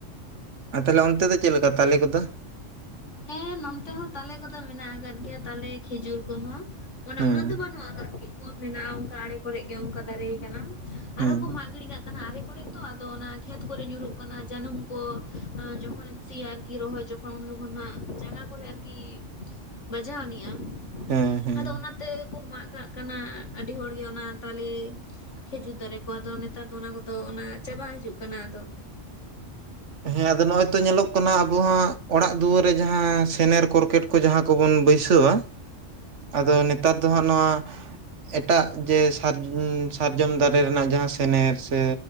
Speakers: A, on the right; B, on the left.
A: ᱟᱨ ᱛᱟᱦᱚᱞᱮ ᱚᱱᱛᱮ ᱫᱚ ᱪᱮᱜ ᱞᱮᱠᱟ ᱛᱟᱞᱮ ᱠᱚᱫᱚ?
B: ᱦᱮᱸ ᱱᱚᱱᱛᱮ ᱦᱚᱸ ᱛᱟᱞᱮ ᱠᱚᱫᱚ ᱢᱮᱱᱟᱜ ᱟᱠᱟᱫ ᱜᱮᱭᱟ ᱛᱟᱞᱮ, ᱠᱷᱮᱡᱩᱨ ᱠᱚᱦᱚᱸ᱾ ᱢᱟᱱᱮ
A: ᱦᱮᱸ
B: ᱩᱱᱟᱹᱜ ᱫᱚ ᱵᱟᱹᱱᱩᱜ-ᱟ ᱟᱨᱠᱤ ᱠᱚᱢ ᱢᱮᱱᱟᱜ-ᱟ ᱚᱱᱠᱟ ᱟᱲᱮ ᱠᱚᱨᱮᱜ ᱜᱮ ᱚᱱᱠᱟ ᱫᱟᱨᱮ ᱟᱠᱟᱱᱟ᱾ ᱟᱨ
A: ᱦᱮᱸ
B: ᱦᱚᱸᱠᱚ ᱢᱟᱜ ᱜᱤᱲᱤ ᱠᱟᱜ ᱠᱟᱱᱟ ᱟᱲᱮ ᱠᱚᱨᱮ ᱛᱚ ᱟᱫᱚ ᱚᱱᱟ ᱠᱷᱮᱛ ᱠᱚᱨᱮ ᱧᱩᱨᱩᱜ ᱠᱟᱱᱟ ᱡᱟᱹᱱᱩᱢ ᱠᱚ ᱟ ᱡᱚᱠᱷᱚᱱᱮᱢ ᱥᱤᱭᱟ ᱟᱨᱠᱤ ᱨᱚᱦᱚᱭ ᱡᱚ ᱩᱱ ᱡᱚᱠᱷᱚᱱᱟᱜ ᱡᱟᱸᱜᱟ ᱠᱚᱨᱮ ᱟᱨᱠᱤ ᱵᱟᱡᱟᱣᱟ ᱟᱱᱤᱡ-ᱟᱢ
A: ᱦᱮᱸ ᱦᱮᱸ
B: ᱟᱫᱚ ᱚᱱᱟᱛᱮ ᱠᱚ ᱢᱟᱜ ᱠᱟᱜ ᱠᱟᱱᱟ ᱟᱹᱰᱤ ᱦᱚᱲᱜᱮ ᱚᱱᱟ ᱛᱟᱞᱮ ᱠᱷᱮᱡᱩᱨ ᱫᱟᱨᱮ ᱠᱚ ᱟᱫᱚ ᱱᱮᱛᱟᱨ ᱫᱚ ᱚᱱᱟ ᱠᱚᱫᱚ ᱚᱱᱟ ᱪᱟᱵᱟ ᱦᱤᱡᱩᱜ ᱠᱟᱱᱟ ᱟᱫᱚ᱾
A: ᱦᱮᱸ ᱟᱫᱚ ᱱᱚᱜ-ᱚᱭ ᱛᱚ ᱧᱮᱞᱚᱜ ᱠᱟᱱᱟ ᱟᱵᱚ ᱦᱟᱸᱜ ᱚᱲᱟᱜ ᱫᱩᱣᱟᱹᱨ ᱨᱮ ᱡᱟᱦᱟᱸ ᱥᱮᱱᱮᱨ ᱠᱚᱨᱠᱮᱴ ᱠᱚ ᱡᱟᱦᱟᱸ ᱠᱚᱵᱚᱱ ᱵᱟᱹᱭᱥᱟᱹᱣ-ᱟ ᱟᱫᱚ ᱱᱮᱛᱟᱨ ᱫᱚ ᱦᱟᱸᱜ ᱱᱚᱣᱟ ᱮᱴᱟᱜ ᱡᱮ ᱥᱟᱨ ᱥᱟᱨᱡᱚᱢ ᱫᱟᱨᱮ ᱨᱮᱱᱟᱜ ᱡᱟᱦᱟᱸ ᱥᱮᱱᱮᱨ ᱥᱮ